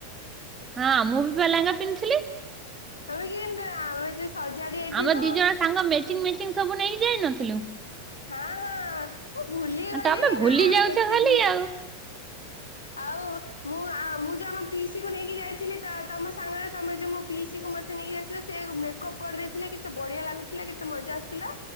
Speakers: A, on the right; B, on the left.
A: ହଁ ମୁଁ ବି ଲାଙ୍ଗା ପିନ୍ଧିଥିଲି।
B: ତମେ ଗ୍ରୀନ କଲର <unintelligible> ଆମେ ଯୋଉ ସଜାଡି ହେଇଥିଲୁ।
A: ଆମେ ଦି ଜଣ ସାଙ୍ଗ <unintelligible> ସବୁ ନେଇକି ଯାଇନଥିଲୁ।
B: ହଁ ମୁଁ ଭୁଲି ଗଲିଣି
A: ତମେ ଭୁଲି
B: ନା
A: ଯାଉଛ
B: ଏତେ
A: ଖାଲି
B: ଦିନ
A: ଆଉ।
B: ଆଉ ମୁଁ ଆ ମୁଁ ଯୋଉ ଆମ ପିଇସି କୁ ନେଇକି ଯାଇଥିଲି ତ ତମ ସାଙ୍ଗରେ ତମେ ଯୋଉ ମ ପିଇସି କୁ ମତେ ନେଇକି ଯାଇଥିଲେ ସେ ମେକପ୍ କରିଦେଇଥିଲେ କେତେ ବଢିଆ ଲାଗୁଥିଲା କେତେ ମଜା ଆସିୁଥିଲା।